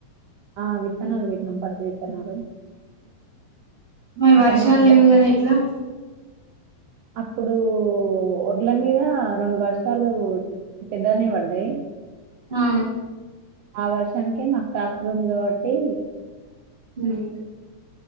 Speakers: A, on the right; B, on the right.
A: ఆ విత్తనాలు విట్న్నాం పతి విత్తనాలు
B: మరి
A: అంటే
B: వర్షాలు
A: మాకు
B: లేవు కదా ఎట్లా
A: అప్పుడు వడ్ల మీద రెండు బస్తాలు ఉత్తగానే పడ్డాయి
B: ఆ
A: ఆ వర్షానికే మాకు ట్రాక్టర్ ఉంది కాబట్టి
B: హ్మ్మ్